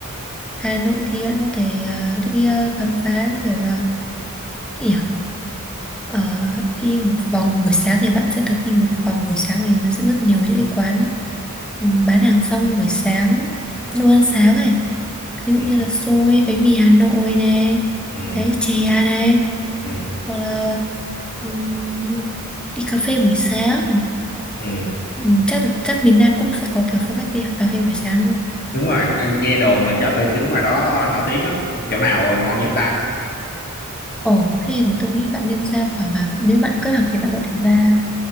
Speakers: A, in the centre; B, on the left.
A: Hà Nội thì bạn có thể ờ, đi ờ, khám phá như kiểu là Kiểu ờ, đi một vòng buổi sáng thì bạn sẽ thực đi một vòng buổi sáng thì nó sẽ rất nhiều những cái quán ừm, bán hàng rong buổi sáng đồ ăn sáng này ví dụ
B: ừ,
A: như là xôi bánh mì Hà Nội này
B: ừ,
A: đấy chè này
B: ừ,
A: hoặc là ừm, đi cà phê buổi sáng
B: ừ.
A: Ừm, chắc được chắc miền Nam cũng sẽ có kiểu phong cách đi cà phê buổi sáng luôn
B: đúng rồi nghe đồn là cà phê trứng ngoài đó nổi tiếng lắm chỗ nào ngon nhất ta
A: ồ thế thì tôi nghĩ bạn nên ra khoảng là nếu bạn kết hợp thì bạn có thể ra